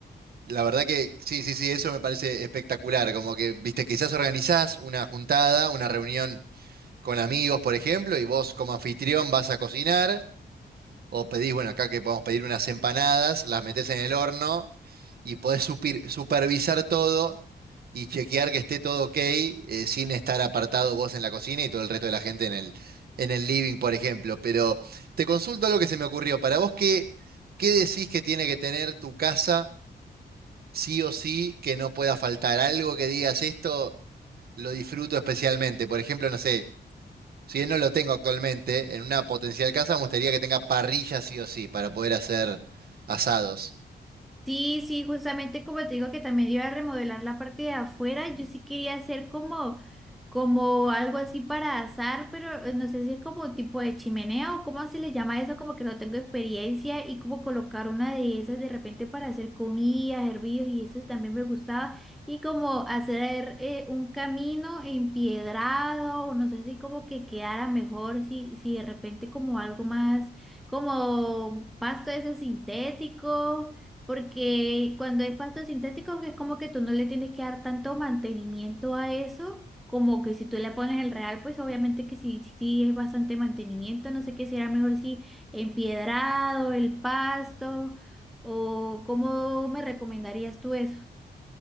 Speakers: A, on the right; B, in the centre.
A: la verdad que sí, sí, sí, eso me parece espectacular. Como que, viste, quizás organizás una juntada, una reunión con amigos, por ejemplo, y vos como anfitrión vas a cocinar. O pedís, bueno, acá que podemos pedir unas empanadas, las metés en el horno y podés supir- supervisar todo y chequear que esté todo ok, eh, sin estar apartado vos en la cocina y todo el resto de la gente en el, en el living, por ejemplo. Pero te consulto lo que se me ocurrió. Para vos, ¿qué, qué decís que tiene que tener tu casa sí o sí que no pueda faltar? Algo que digas esto lo disfruto especialmente. Por ejemplo, no sé si bien no lo tengo actualmente, en una potencial casa me gustaría que tenga parrilla sí o sí para poder hacer asados.
B: Sí, sí, justamente como te digo que también iba a remodelar la parte de afuera, yo sí quería hacer como, como algo así para asar, pero eh, no sé si es como tipo de chimenea o cómo se le llama eso, como que no tengo experiencia y como colocar una de esas de repente para hacer comida, hervidos y eso también me gustaba y como hacer eh, un camino empiedrado o no sé si como que quedara mejor si, si de repente como algo más como pasto ese sintético. Porque cuando es pasto sintético es como que tú no le tienes que dar tanto mantenimiento a eso, como que si tú le pones el real, pues obviamente que sí, sí sí es bastante mantenimiento, no sé qué será mejor si empiedrado, el pasto, o cómo me recomendarías tú eso.